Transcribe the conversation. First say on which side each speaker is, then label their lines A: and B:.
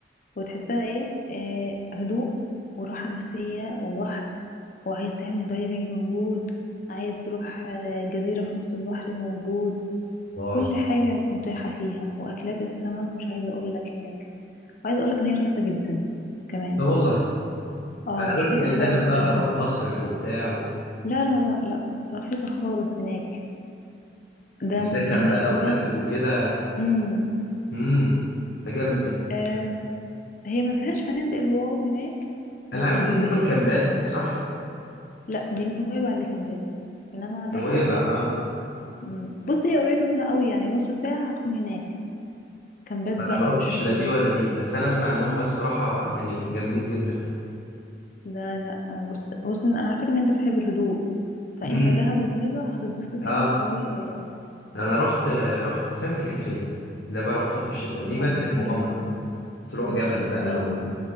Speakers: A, on the left; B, on the left.
A: وتحسها ايه, إيه هدوء وراحة نفسية وبحر وعايز تعمل دايفنج موجود عايز تروح آه، جزيرة في نص البحر موجود
B: الله
A: كل حاجة متاحة فيها وأكلات السمك مش عايزة أقول لك هناك وعايزة أقول لك إن هي رخيصة جدا كمان
B: لا والله
A: اه
B: انا قلت
A: رخيصة
B: يعني
A: خالص
B: دهب بقى
A: يعني
B: هروح هصرف وبتاع
A: لا لا لا لا رخيصة خالص هناك ده
B: كسكن
A: م- يعني
B: بقى
A: احتمال
B: واكل وكده
A: امم
B: امم ده جامد ده
A: آه هي ما فيهاش فنادق الواو هناك
B: انا
A: بس
B: عارف
A: هتتبسط
B: ان تقريبا كامبات صح
A: لا دي نويبع اللي كامبات انما دهب
B: نويبع اه
A: مم. بص هي قريبة منها قوي يعني نص ساعة هتكون هناك كامبات
B: لا،
A: بقى
B: انا ما رحتش
A: وشغل
B: لا دي ولا دي بس انا اسمع ان هم الصراحه يعني جامدين جدا
A: لا لا آه، بص بص انا على فكرة ان انت بتحب الهدوء فانت
B: امم
A: دهب ونويبع هتتبسط
B: اه
A: فيهم قوي قوي يعني
B: انا رحت رحت سانت كاترين ده بقى رحتها في الشتاء دي بقى
A: الله
B: كانت مغامره طلوع
A: سانتي
B: جبل
A: كاترين
B: بقى و...
A: دي